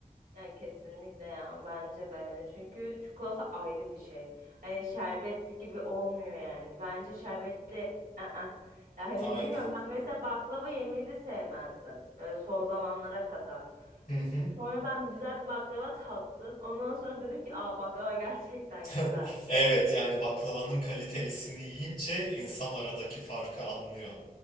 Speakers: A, on the right (about 80°); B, on the left (about 75°).
A: Ya kesinlikle ya bence de yani çünkü çikolata ayrı bir şey. Hani şerbetli gibi olmuyor yani. Bence şerbetli ı-ı. Yani
B: Aynen.
A: bilmiyorum ben mesela baklava yemeyi de sevmezdim e, son zamanlara kadar.
B: Hı hı.
A: Sonra ben bir güzel bir baklava tattım. Ondan sonra dedim ki aa baklava gerçekten
B: <laughs>
A: güzel.
B: Evet yani baklavanın kalitelisini yiyince insan aradaki farkı anlıyor.